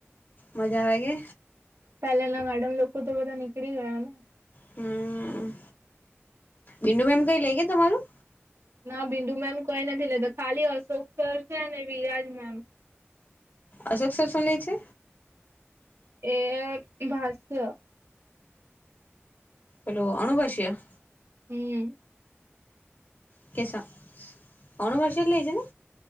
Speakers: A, on the left (about 40°); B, on the right (about 65°).
A: મજા આવે કે
B: પેલાના મેડમ લોકો તો બધા નીકળી ગયા ને
A: હમ બિડુ મેમ કઈ લે કે તમારું
B: ના બિંદુ મેમ કોઈ નથી લેતા ખાલી અશોક સર છે ને વિરાજ મેમ
A: અશોક સર શું લે છે.
B: એ ભાષ્ય
A: હેલો અનુભાષિયા
B: હમ
A: ઓકે સારું અણુભસ્ય જ લે છે ને